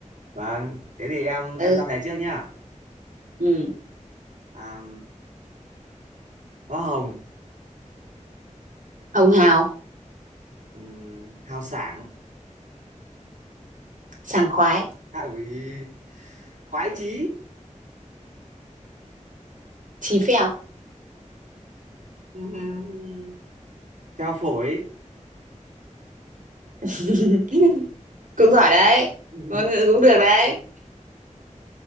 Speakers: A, on the right; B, on the right.
A: vâng, thế thì em em
B: ừ
A: ra này trước nhá.
B: ừ
A: À, Hoa Hồng,
B: hồng hào
A: um, Hào Sảng,
B: sảng khoái
A: à, ui, Khoái Chí,
B: chí phèo
A: <laughs> um, Treo Phổi,
B: <laughs> cũng giỏi đấy
A: <laughs>
B: ngôn ngữ cũng được đấy